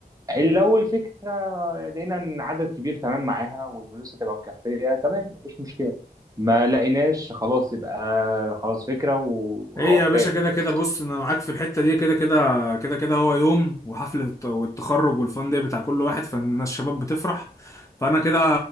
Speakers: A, on the right; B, on the left.
A: لو الفكره لقينا ان عدد كبير تمام معاها والفلوس هتبقى مكفيه تمام مفيش مشكله ما لقيناش خلاص يبقى خلاص فكره و
B: ايه يا
A: وفاكس.
B: باشا كده كده بص انا معاك في الحته دي كده كده كده كده هو يوم وحفله الت- والتخرج والفان دي بتاع كل واحد فالناس الشباب بتفرح فانا كده